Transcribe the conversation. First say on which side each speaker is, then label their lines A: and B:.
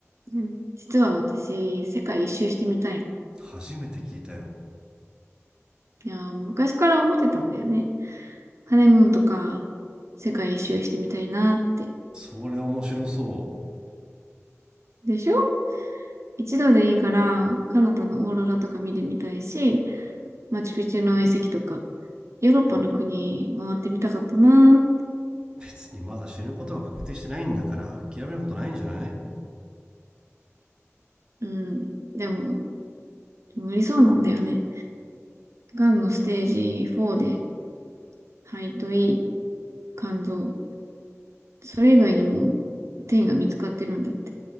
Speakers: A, on the right; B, on the right.
A: うん。実は私、世界一周してみたい
B: 初めて聞いたよ
A: いやー、昔から思ってたんだよね。ハネムーンとか、世界一周してみたいなって。
B: それは面白そ
A: でしょ一度でいいから、カナダのオーロラとか見てみたいし、マチュピチュの遺跡とか、ヨーロッパの国回ってみたかったな。
B: う別にまだ死ぬことは確定してないんだから諦めることないんじゃない
A: うん。でも、無理そうなんだよね。がんのステージ4で、肺と胃、肝臓、それ以外にも転移が見つかってるんだって。